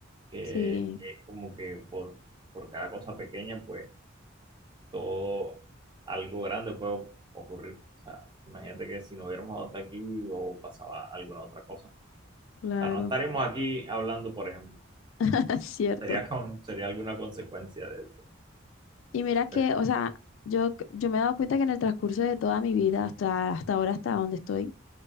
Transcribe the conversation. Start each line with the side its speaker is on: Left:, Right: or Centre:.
Right: que
Left: Sí,
Right: es como que por, por cada cosa pequeña, pues todo algo grande puede ocurrir. O sea, imagínate que si no hubiéramos adoptado a kiwi o pasaba alguna otra cosa. O
Left: claro.
Right: sea, no estaríamos aquí hablando, por ejemplo
Left: <laughs> Es cierto.
Right: Sería, con- sería alguna consecuencia de eso.
Left: Y mira que,
Right: Pero,
Left: o sea, yo, c- yo me he dado cuenta que en el transcurso de toda mi vida, hasta, hasta ahora, hasta donde estoy,